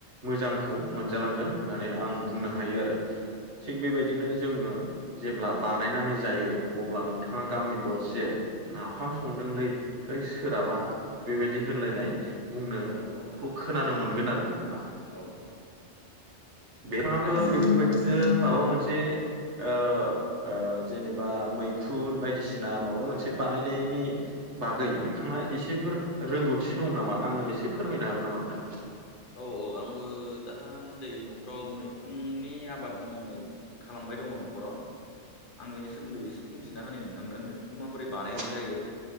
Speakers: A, on the right; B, on the left.
A: मोजांखौ मोनजालांगोन होननानै आं बुंनो हायो आरो थिग बेबायदिनो जोङो जेब्ला बानायनानै जायो अब्ला नोंथाङा गामि दरसे नाफाम संदोंलै ओइ सोराबा बेबायदि होनलायनाय बुंनोखौ
B: औ
A: खोनानो
B: औ
A: मोनगोन आरो नोंथाङा ।
B: औ
A: बिथाङाबो
B: थारैनो
A: बेफोरबायदिनो
B: नोंथां थारैनो
A: माबा मोनसे ओ ओ ओ जेनेबा मैखुन बायदिसिना माबा मोनसे बानायनायनि बागै नोंथाङा ए सेफोर रोंगौथि दं नामा आंनो एसे फोरमायनो हागोन नामा नोंथां?
B: औ औ आंबो दा सान्दै न'खराव मैखुननि आबाद मावनाय खालाम बाय दङ न'खराव आं बेनि सोमोन्दै एसे बुंथिना होनि नोंथांनो बिखौ माबोरै बानायनाय
A: औ
B: जायो